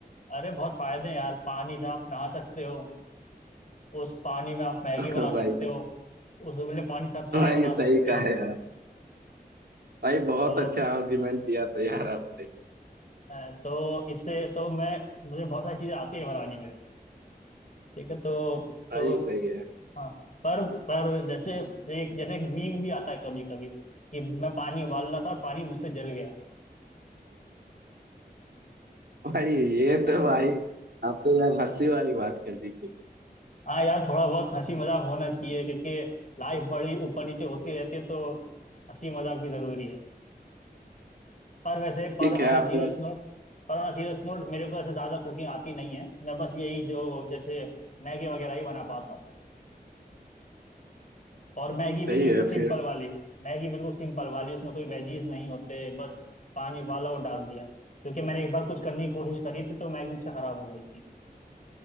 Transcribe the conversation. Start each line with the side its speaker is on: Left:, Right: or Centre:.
Left: अरे बहुत फायदे हैं यार पानी से आप नहा सकते हो उस पानी में आप
Right: <laughs>
Left: मैगी बना सकते
Right: भाई
Left: हो उस उबले पानी से आप चाय
Right: भाई
Left: बना सकते
Right: सही कहा
Left: हो
Right: यार भाई बहुत
Left: तो
Right: अच्छा आर्गुमेंट दिया था यार आपने
Left: अ, तो इससे तो मैं मुझे बहुत सारी चीजें आती है बनानी मेरे को ठीक है तो तो
Right: भाई सही है
Left: हाँ पर पर जैसे एक जैसे एक मीम भी आता है कभी कभी कि मैं पानी उबाल रहा था और पानी मुझसे जल गया
Right: भाई ये
Left: हाँ
Right: तो भाई
Left: हाँ
Right: आपने यार हंसी
Left: हाँ
Right: वाली बात कर दी फिर
Left: हाँ यार थोड़ा बहुत हंसी मजाक होना चाहिए क्योंकि लाइफ बड़ी ऊपर नीचे होती रहती है तो हंसी मजाक भी जरूरी है पर वैसे पर
Right: ठीक है
Left: ऑन अ
Right: आपका
Left: सीरियस नोट पर ऑन अ सीरियस नोट मेरे को ऐसे ज़्यादा कुकिंग आती नहीं है मैं बस यही जो जैसे मैगी वगैरह ही बना पाता हूँ और मैगी भी
Right: सही
Left: बिल्कुल
Right: है
Left: सिंपल
Right: फिर
Left: वाली मैगी बिल्कुल सिंपल वाली उसमें कोई वेजीज नहीं होते बस पानी उबाला और डाल दिया क्योंकि मैंने एक बार कुछ करने की कोशिश करी थी तो मैगी मुझसे ख़राब हो गई थी